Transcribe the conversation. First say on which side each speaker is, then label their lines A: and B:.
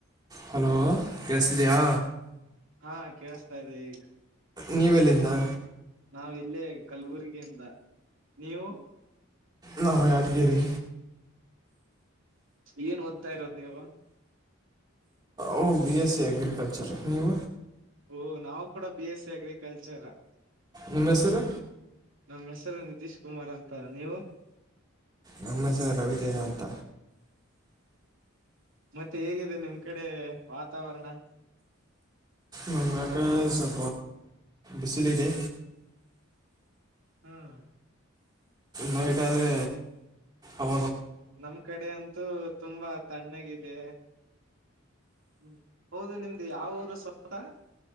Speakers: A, on the right (about 20°); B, on the right (about 70°).
A: ಹಲೋ ಕೆಸಿದಿಯಾ
B: ಹಾ ಕೇಳಿಸತಾ ಇದೆ ಈಗ
A: ನೀವೆಲ್ಲಿಂದ
B: ನಾವ ಇಲ್ಲೇ ಕಲ್ಬುರ್ಗಿಯಿಂದ ನೀವು
A: ನ ಹ ಅಿಯರಿ
B: ಏನ್ ಓದ್ತಾ ಇರೋದ ನೀವು
A: ಓ ಬಿ ಎಸ್ ಸಿ ಅಗ್ರಿಕಲ್ಚರ್ ನೀವು
B: ಓ ನಾವು ಕೂಡ ಬಿ ಎಸ್ ಸಿ ಅಗ್ರಿಕಲ್ಚರ್
A: ನಿಮ್ಮ ಹೆಸರು
B: ನಮ್ಮ್ ಹೆಸರು ನಿತೀಶ್ ಕುಮಾರ್ ಅಂತ ನೀವು
A: ನಮ್ಮ ಹೆಸ ರವಿ ತೇಜ ಅಂತ
B: ಮತ್ತೆ ಹೇಗಿದೆ ನಿಮ್ ಕಡೆ ವಾತಾವರಣ
A: ನಮ್ಮ ಸ ಎಷ್ಟಲ ರೇ
B: ಹ್ಮ್
A: ನೈಟ್ ಆದ್ರೆ ಅವ
B: ನಮ್ ಕಡೆ ಅಂತೂ ತುಂಬಾ ತಣ್ಣಗಿದೆ ಹ್ಮ್ ಹೌದು ನಿಮ್ದು ಯಾವ ಊರು ಸ್ವತ